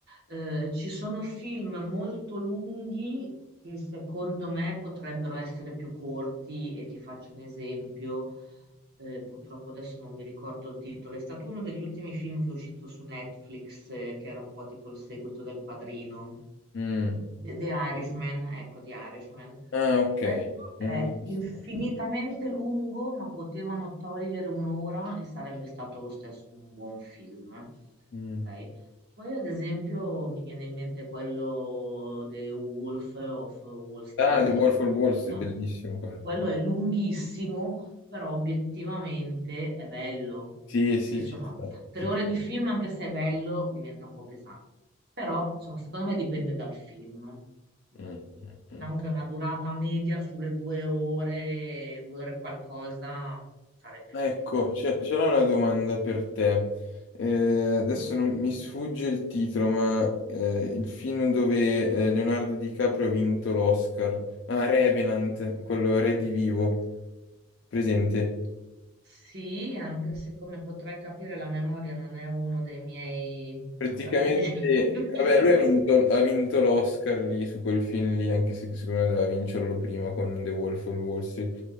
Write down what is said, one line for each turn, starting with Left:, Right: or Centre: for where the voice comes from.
Right: Eh, ci sono film molto lunghi che secondo me potrebbero essere più corti e ti faccio un esempio eh, purtroppo adesso non mi ricordo il titolo, è stato uno degli ultimi film che è uscito su Netflix, eh, che era un po' tipo il seguito del Padrino,
Left: Mm.
Right: The, The Irishman, ecco, The Irishman.
Left: Ah, ok.
Right: Quello è
Left: Non l'ho visto.
Right: infinitamente lungo, ma potevano togliere un'ora e sarebbe stato lo stesso un buon film.
Left: Mm.
Right: ok? Poi, ad esempio, mi viene in mente quello The Wolf of Wall Street,
Left: Ah, The Wolf
Right: quello
Left: of Wall Street, bellissimo quello.
Right: quello è lunghissimo, però obiettivamente è bello.
Left: Sì, sì,
Right: Sì, insomma,
Left: ci sta.
Right: tre
Left: Tipo...
Right: ore di film, anche se è bello, diventa un po' pesante. Però, insomma, secondo me dipende dal film. Mm,
Left: Mm, mm, mm.
Right: Diciamo che una durata media sulle due ore, due ore qualcosa, sarebbe l'idea.
Left: Ecco, c'è- c'era una domanda per te. Eh, adesso non mi sfugge il titolo, ma eh, il film dove eh, Leonardo DiCaprio ha vinto l'Oscar. Ah, Revenant, quello Re di Vivo, presente?
Right: Sì, anche se come potrai capire la memoria non è uno dei miei
Left: Praticamente,
Right: pregi <laughs> migliori.
Left: vabbè, lui ha vinto, ha vinto l'Oscar lì su quel film lì, anche se secondo me doveva vincerlo prima con The Wolf of Wall Street.